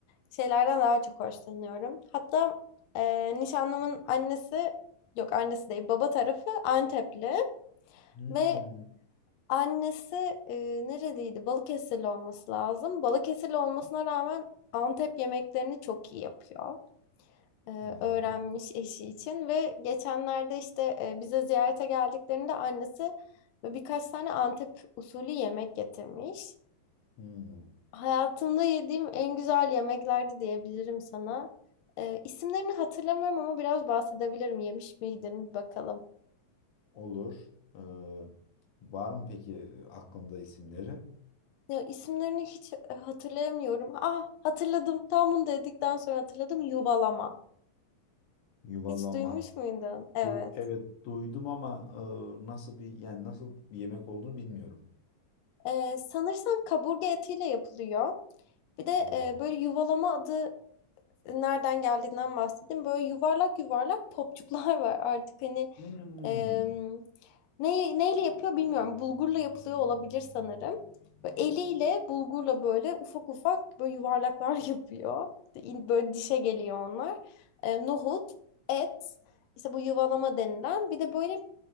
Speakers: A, on the left; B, on the left.
A: şeylerden daha çok hoşlanıyorum. Hatta e, nişanlımın annesi yok annesi değil baba tarafı Antepli
B: Hmm.
A: ve annesi e, nereliydi? Balıkesirli olması lazım. Balıkesirli olmasına rağmen Antep yemeklerini çok iyi yapıyor e,
B: Vay
A: öğrenmiş
B: be.
A: eşi için ve geçenlerde işte e, bize ziyarete geldiklerinde annesi böyle birkaç tane Antep usulü yemek getirmiş.
B: Hmm.
A: Hayatımda yediğim en güzel yemeklerdi diyebilirim sana. E, isimlerini hatırlamıyorum ama biraz bahsedebilirim. Yemiş miydin bir bakalım.
B: Olur. Ee, var mı peki aklında isimleri?
A: Ya isimlerini hiç e, hatırlayamıyorum. Ah hatırladım. Tam bunu dedikten sonra hatırladım. Yuvalama.
B: Yuvalama.
A: Hiç duymuş muydun? Evet.
B: Du- Evet duydum ama e, nasıl bir yani nasıl bir yemek olduğunu bilmiyorum.
A: E, sanırsam kaburga etiyle yapılıyor. Bir de
B: Wow.
A: e, böyle yuvalama adı e, nereden geldiğinden bahsedeyim. Böyle yuvarlak yuvarlak topçuklar <laughs> var artık hani
B: Hmm.
A: em, ne, neyle yapıyor bilmiyorum. Bulgurla yapılıyor olabilir sanırım. Böyle eliyle bulgurla böyle ufak ufak böyle yuvarlaklar <laughs> yapıyor. Böyle dişe geliyor onlar. E, nohut, et, işte bu yuvalama denilen. Bir de böyle